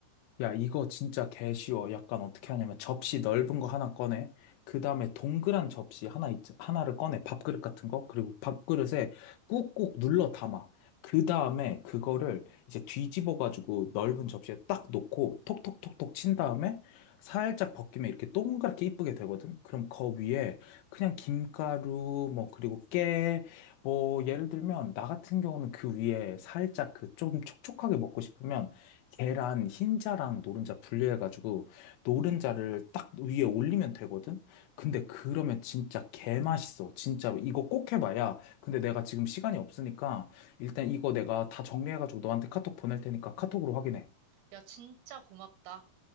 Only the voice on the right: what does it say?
야, 진짜 고맙다.